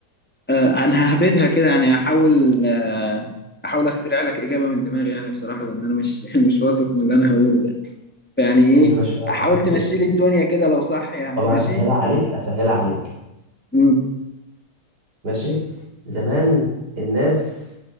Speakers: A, in the centre; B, on the right (about 65°).
A: آه انا ههبدها كده يعني هحاول آه احاول اخترع لك اجابه من دماغي يعني بصراحه لان انا مش <laughs> مش واثق من اللي انا هقوله ده يعني ايه
B: يا باشا ودي
A: حاول تمشي لي الدنيا كده لو صح يعني
B: طب هسهلها
A: ماشي
B: عليك اسهلها عليك
A: امم
B: ماشي زمان الناس